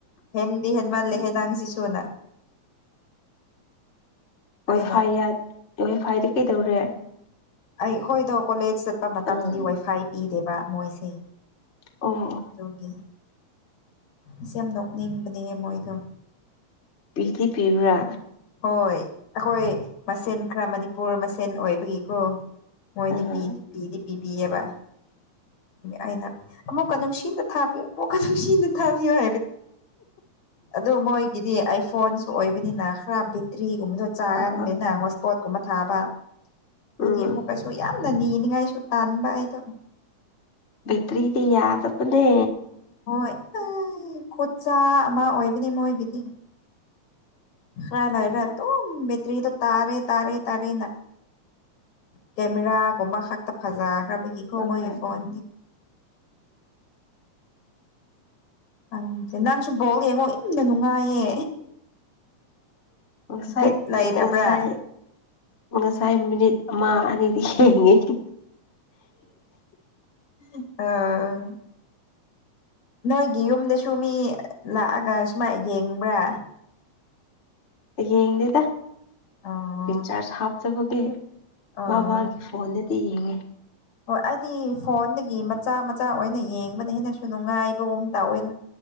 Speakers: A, on the left; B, on the left.
A: ꯍꯦꯟꯗꯤ ꯍꯦꯟ ꯃꯥꯜꯂꯦ ꯍꯦ ꯅꯥꯡꯁꯤꯁꯨꯨꯅ ꯑꯩꯅ
B: ꯋꯥꯏ ꯐꯥꯏ ꯋꯥꯏ ꯐꯥꯏꯗꯤ ꯀꯩꯗꯧꯔꯦ
A: ꯑꯩ ꯍꯣꯏꯗꯣ ꯀꯣꯂꯦꯖ ꯆꯠꯄ ꯃꯇꯝꯗꯗꯤ
B: ꯑꯥ
A: ꯋꯥꯏꯐꯥꯏ ꯄꯤꯗꯦꯕ ꯃꯣꯏꯁꯦ
B: ꯑꯣ
A: ꯑꯗꯨꯒꯤ ꯏꯁ ꯌꯥꯝ ꯅꯣꯛꯅꯤꯡꯕꯅꯦ ꯃꯣꯏꯗꯣ
B: ꯄꯤꯗꯤ ꯄꯤꯕ꯭ꯔꯥ
A: ꯍꯣꯏ ꯑꯩꯈꯣꯏ ꯃꯁꯦꯟ ꯈꯔ ꯃꯅꯤꯄꯨꯔ ꯃꯁꯦꯟ ꯑꯣꯏꯕꯒꯤꯀꯣ ꯑꯩꯈꯣꯏꯗꯤ
B: ꯑꯥ ꯑꯥ
A: ꯄꯤ ꯄꯤꯗꯤ ꯄꯤꯕꯤꯌꯦꯕ ꯑꯩꯅ ꯑꯃꯨꯛꯀ ꯅꯨꯡꯁꯤꯅ ꯊꯥꯕꯤ ꯑꯃꯨꯛꯀ ꯅꯨꯡꯁꯤ ꯅꯨꯡꯇꯤꯒꯤ ꯊꯥꯕꯤꯌꯣꯅ ꯑꯗꯨ ꯃꯣꯏꯒꯤꯗꯤ ꯑꯥꯏꯐꯣꯟꯁꯨ ꯑꯣꯏꯕꯅꯤꯅ ꯈꯔ ꯕꯦꯇ꯭ꯔꯤꯒꯨꯝꯕꯗꯣ ꯆꯥꯒꯅꯤꯅ
B: ꯑꯥ
A: ꯄꯣꯠꯒꯨꯝꯕ ꯊꯥꯕ ꯑꯗꯨꯗꯤ
B: ꯎꯝ
A: ꯑꯃꯨꯛꯀꯁꯨ ꯌꯥꯝꯅ ꯅꯤꯅꯤꯡꯉꯥꯏꯁꯨ ꯇꯥꯟꯕ ꯍꯥꯏꯗꯣ
B: ꯚꯇꯔꯤꯗꯤ ꯌꯥꯗꯅꯦ
A: ꯍꯣꯏ ꯈꯨꯠꯆꯥ ꯑꯃ ꯑꯣꯏꯕꯅꯦ ꯃꯣꯏꯒꯤꯗꯤ ꯈꯔ ꯂꯔ ꯇ ꯃꯦꯇ꯭ꯔꯤꯗ ꯇꯥꯔꯦ ꯇꯥꯔꯦ ꯇꯔꯦ ꯀꯦꯃꯦꯔ ꯀꯣꯃꯥ ꯍꯥꯛ ꯇ ꯐꯖꯥ ꯀꯔꯕꯀꯨ
B: ꯍꯣꯏ
A: ꯃꯣꯏ ꯐꯣꯟ ꯍꯪꯁꯦ ꯅꯪꯁꯨ ꯕꯣꯛꯦꯡꯉꯣ ꯌꯥꯝꯅ ꯅꯨꯡꯉꯥꯏꯌꯦ
B: ꯉꯁꯥꯏ
A: ꯒꯨꯠ ꯂꯩꯇꯕ꯭ꯔꯥ
B: ꯉꯁꯥꯏ ꯉꯁꯥꯏ ꯃꯤꯅꯤꯠ ꯑꯃ ꯑꯅꯤꯗꯤ ꯍꯦꯡꯉꯤꯁ
A: ꯑ ꯅꯣꯏꯒꯤ ꯌꯨꯝꯗꯁꯨ ꯃꯤ ꯂꯥꯛꯑꯒ ꯁꯨꯃꯥꯏ ꯌꯦꯡꯕ꯭ꯔꯥ
B: ꯌꯦꯡꯗꯦꯗ
A: ꯑꯣ
B: ꯆꯔꯖ ꯍꯥꯞꯇꯕꯒꯤ
A: ꯑꯣ
B: ꯃꯥꯒꯤ ꯐꯣꯟꯗꯗꯤ ꯌꯦꯡꯉꯦ
A: ꯍꯣꯏ ꯑꯩꯗꯤ ꯐꯣꯟꯗꯒꯤ ꯃꯆꯥ ꯃꯆꯥ ꯑꯣꯏꯅ ꯌꯦꯡꯕꯗ ꯍꯦꯟꯅꯁꯨ ꯅꯨꯡꯉꯥꯏꯕꯒꯨꯝ ꯇꯧꯋꯦꯗ